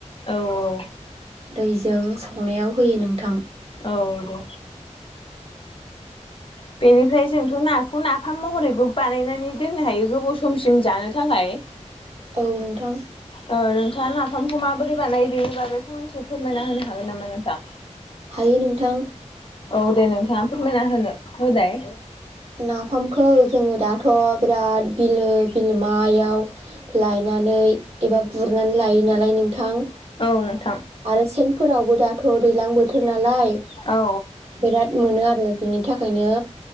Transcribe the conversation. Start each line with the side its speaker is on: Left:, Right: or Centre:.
Left: औ
Right: दैजों सावनायाव होयो नोंथां
Left: औ दे बेनिफ्राय जोंथ' नाखौ नाफाम महरैबो बानायनानै दोननो हायो गोबाव समसिम जानो थाखाय
Right: औ नोंथां
Left: औ नोंथाङा नाफामखौ माबोरै बानायो बेनि बागै फ एसे फोरमायना होनो हागोन नामा नोंथां
Right: हायो नोंथां
Left: औ दे नोंथाङा फोरमायना होनो होदाय
Right: नाफामखौ जोङो दाथ' बिराद बिलो बिलो मा मायाव ल एबा गुरनानै लायो नालाय नोंथां
Left: औ नोंथां
Right: आरो सेनफोरावबो दाथ' दै्लां बोोर बोथोर नालाय
Left: औ
Right: बिराद मोनो आरो बिनि थाखायनो